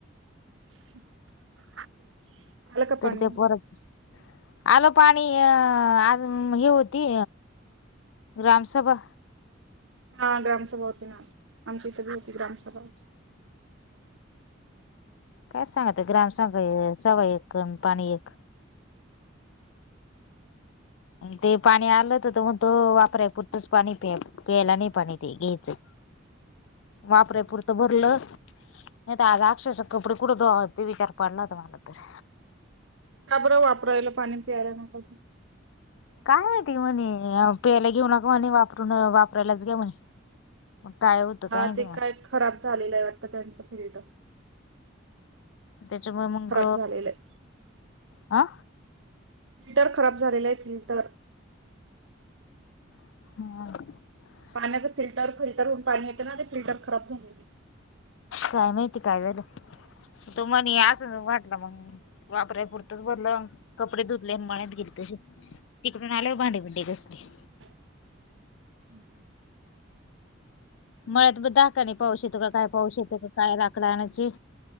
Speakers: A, on the right (about 70°); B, on the left (about 70°).
A: <inaudible> पाणी
B: तर् त्या पोराची आलं पाणी अ आज हे होती ग्राम सभा
A: हा ग्रामसभा होती ना आज आमच्या इथे ब होती ग्रामसभा
B: काय सांगत ग्रामसघ सभा एकन पाणी एक ते पाणी आलं होत तर म्हणतो वापराय पुरतंच पाणी प्या प्यायला नाही पाणी ते घ्यायचं
A: <inaudible>
B: वापराय पुरतं भरलं नाही तर आज आक्षरशा कपडे कुठं धुवाव ते विचार पडला होता मला तर
A: का बरं वापरायला पाणी पियाला न पा
B: काय माहिती म्हणे प्यायला घेऊ नका म्हणे वापरून वापरायलाच घ्या म्हणे काय होतं
A: हा
B: माहिती
A: ते
B: मग
A: काय खराब झालेलं आहे वाटतं त्यांचं फिल्ट
B: त्याच्यामुळे मंग
A: झालेलं आहे.
B: अ
A: फिल्टर खराब झालेला आहे फिल्टर
B: हम.
A: पाण्याच फिल्टर-फिल्टर हून पाणी येते ना. ते फिल्टर खराब झाले आहे.
B: काय माहिती काय झालय. तो म्हणे असं म्हटलं मग. वापराय पुुरतंच भरलं कपडे धुतले मळ्यात गेले. त तिकडून आले भांडेबिंडी घासले.
A: हम् ह <unintelligible>
B: मळ्यात ब दाका नाही पाऊस येतो का काय. पाऊस येतो का काय. लाकड आणची.